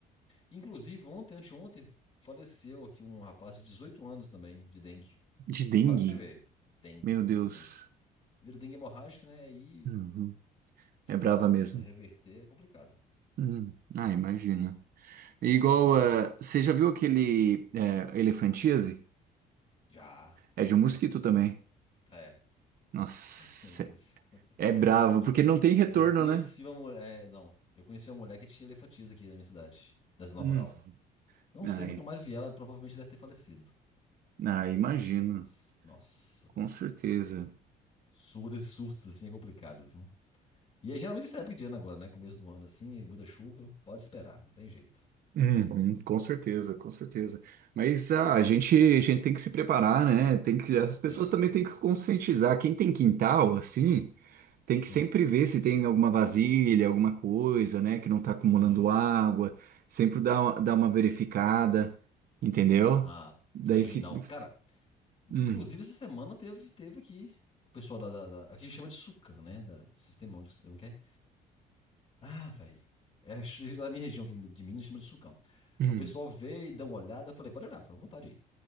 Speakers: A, on the left; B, on the right.
A: Inclusive, ontem, anteontem, faleceu aqui um rapaz de 18 anos também, de dengue.
B: De dengue?
A: Olha pra você ver. Dengue,
B: Meu Deus.
A: dengue. Vira dengue hemorrágica, né? Aí,
B: Uhum.
A: se
B: É
A: tentar
B: brava mesmo.
A: reverter, é complicado.
B: Uhum. Ah, imagina. E
A: Tem
B: igual,
A: que tomar cuidado,
B: eh,
A: cara.
B: você já viu aquele eh, Elefantíase?
A: Já.
B: É de um mosquito
A: O mosquito
B: também.
A: também. É,
B: Nossa,
A: conheço. <laughs>
B: é bravo,
A: Eu,
B: porque não tem retorno,
A: eu conheci
B: né?
A: uma mulher. é, não, eu conheci uma mulher que tinha elefantias aqui na minha cidade, na zona
B: Hum.
A: rural. Não sei,
B: Ai,
A: nunca mais vi ela, provavelmente deve ter falecido.
B: ah, imagino,
A: Elefantias. Nossa,
B: com
A: velho.
B: certeza.
A: Surdos e surtos assim é complicado, E é geralmente essa época de ano agora, né? Começo do ano, assim, muda chuva. Pode esperar, não tem jeito.
B: Uhum, com certeza, com certeza. Mas ah, a gente, a gente tem que se preparar, né? Tem que, as
A: Sim,
B: pessoas também têm que conscientizar. Quem tem quintal, assim. Tem que
A: sim.
B: sempre ver se tem alguma vasilha, alguma coisa, né, que não tá acumulando
A: Hum.
B: água. Sempre dá uma, dá uma verificada, entendeu?
A: Ah,
B: Daí
A: sim,
B: fica.
A: não. Cara, inclusive
B: Hum,
A: essa semana teve, teve aqui o pessoal da, da, da. Aqui a gente chama de Sucam, né? Da, do Sistema Único, como que é? Ah, velho. É, ch- na minha região aqui de Minas chama de Sucam.
B: hum,
A: Aí O pessoal veio, dá uma olhada, eu falei, pode olhar, fica à vontade aí.